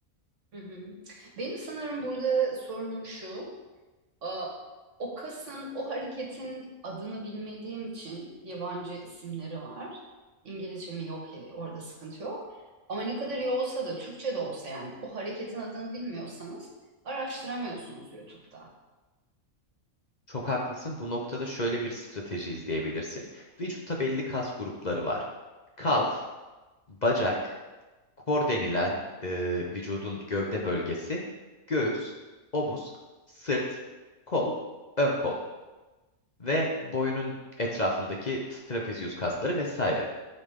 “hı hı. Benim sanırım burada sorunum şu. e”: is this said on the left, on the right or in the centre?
Right